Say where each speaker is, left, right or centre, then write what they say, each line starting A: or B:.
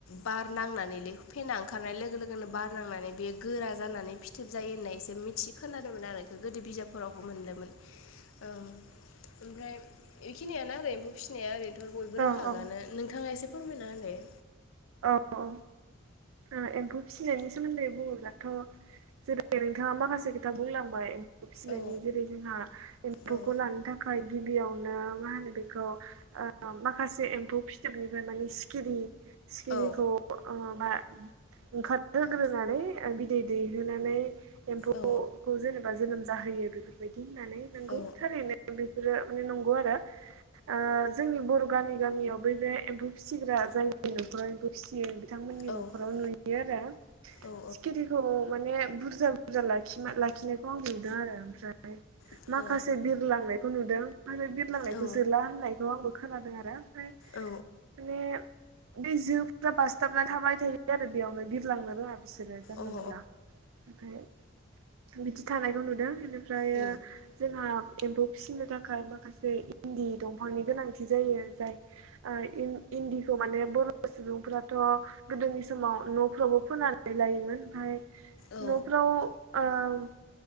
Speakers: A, on the left; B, on the right.
A: बार नांनानै ले फेना ओंखारनाय लोगो लोगोनो बे बार नांनानै बे गोरा जानानै फिथोब जायो होननाय इसे मिथि खोनादोंमोन आरो बेखौ गोदो बिजाबफोरावबो मोनदोंमोन औ ओमफ्राय बेखिनियानो आरो एम्फौ फिसिनाया ओरैनोथ' बयबो रोंखागोआनो
B: औ
A: नोंथाङा एसे फोरमायना होलाय <unintelligible>
B: औ औ ओ एम्फौ फिसिनायनि सोमोन्दै बुङोब्लाथ' जेरै नोंथाङा माखासे खोथा बुंलांबाय फिसिनायनि
A: औ
B: जेरै जोंहा एम्फौखौ
A: औ
B: लानो थाखाय गिबियावनो मा होनो बेखौ ओ माखासे एम्फौ फिथोबनिफ्राय माने सिखिरि सिरिखौ
A: औ
B: ओ बा ओंखारहोग्रोनानै बिदै दैहोनानै एम्फौखौ
A: औ
B: जेनेबा जोनोम जाहोयो बेफोरबायदि होननानै नोंगौ
A: औ
B: थारैनो बेफोरो माने नंगौ आरो आ जोंनि बर' गामि गामियाव बै बे एम्फौ फिसिग्रा जायनि न'खराव एम्फौ फिसियो बिथांमोननि
A: औ
B: न'खराव नुयो आरो
A: औ
B: सिखिरिखौ माने बुरजा बुरजा लाखि लाखिनायखौ आं नुदों आरो ओमफ्राय
A: औ
B: माखासे
A: अ
B: बिरलांनायखौ नुदों फ्राय बिरलांनायखौ
A: औ अ
B: जोला होननाय खौ आंबो खोनादों आरो ओमफ्राय
A: अ
B: माने बे जोफ्रा बासथाबनानै थाबाय थायो आरो बेयावनो बिरलांनो रोङा बिसोरो जानला
A: उम
B: मोनला ओमफ्राय बिदि थानायखौ नुदों बेनिफ्रायो
A: उम
B: जोंहा एम्फौ फिसिनो थाखाय माखासे इन्दि दंफांनि गोनांथि जायो। जाय ओ इ- इन्जिनखौ माने गोदोनि बर'सुबुंफोराथ गोदोनि समाव समाव न'फ्रावबो फोनानै लायोमोन ओमफ्राय
A: औ
B: न'फ्राव ओ